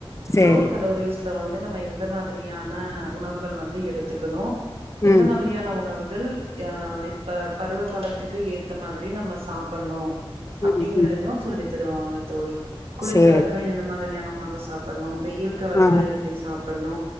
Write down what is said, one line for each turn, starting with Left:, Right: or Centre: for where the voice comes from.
Left: சேரி
Right: லோ கலோரிஸ் ல வந்து நம்ம எந்த மாதிரியான உணவுகள் வந்து எடுத்துக்கணு
Left: ம்
Right: எந்த மாதிரியான உணவு கள் இப்ப பருவ காலத்துக்கு ஏத்த மாதிரி நம்ம சாப்பட்ணு அப்படிங்கறதயு
Left: ம் ம்
Right: சொல்லி தருவாங்க தோழி குளிர்காலத்துல
Left: சேரி
Right: எந்த மாதிரியான உணவு சாப்பட்ணு வெயில் காலத்துல
Left: ஆ
Right: எப்படி சாப்பட்ணு